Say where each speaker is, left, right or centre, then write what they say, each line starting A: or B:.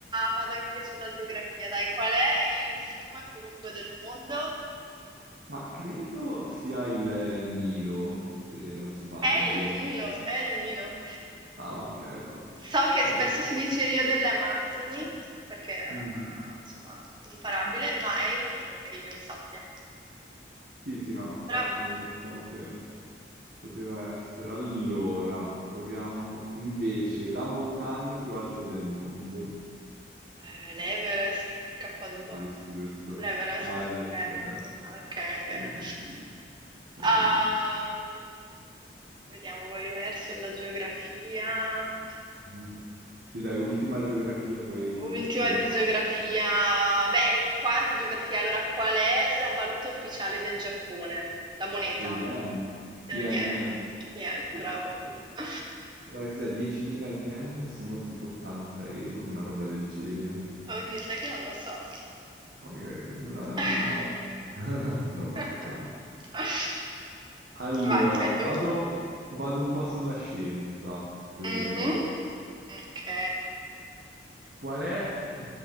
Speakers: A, on the right; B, on the right.
A: vado anch'io sulla geografia. Dai, qual è il fiume più lungo del mondo?
B: Ma credo sia il Nilo, se non sbaglio.
A: È il Nilo, è il Nilo.
B: Ah, ok, no.
A: So che spesso
B: No, perché...
A: si dice Rio delle Amazzoni, perché eh,
B: Mhm.
A: insomma, comparabile, ma è il Nilo che io sappia.
B: Sì, sì, no, infatti
A: Bravo.
B: mi ricordavo che poteva essere. Allora, proviamo invece la montagna più alta del mondo.
A: Eh, l'Everest, K2,
B: Giusto, giusto.
A: l'Everest,
B: No, Everest,
A: ok.
B: Everest.
A: Ok,
B: Io
A: bene.
B: invece della
A: Ehm,
B: Is.
A: vediamo, vuoi rimanere sulla geografia?
B: Mm. Sì, dai, ultima geografia, poi pro-
A: Ultima
B: proviamo.
A: di geografia, beh, è quasi geografia. Allora, qual è la valuta ufficiale del Giappone? La moneta?
B: Lo yen.
A: Lo
B: Yen,
A: yen.
B: yen.
A: Yen,
B: Sì,
A: bravo.
B: sì, sì.
A: <laughs>
B: Guarda cos'è, 10.000 yen sono tipo 80 euro, una roba del genere.
A: Oddio, sai che non lo so.
B: Ok, ok, una,
A: <laughs>
B: una- <laughs> roba strana. Allora,
A: Vai, fai
B: vado,
A: tu.
B: vado un po' sulla scienza, più
A: Mhm.
B: o meno.
A: Ok.
B: Qual è l-